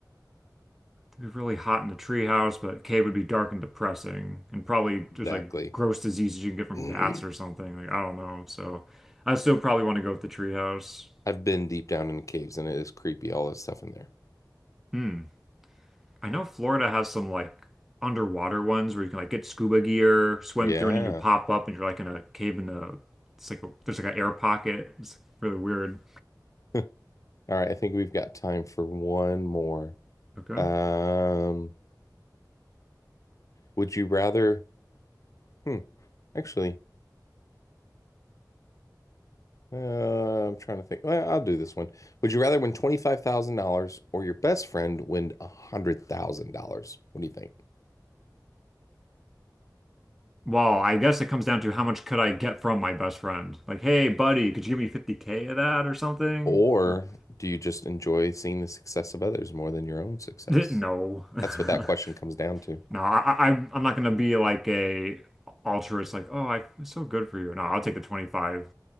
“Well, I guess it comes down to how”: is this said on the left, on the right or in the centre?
Centre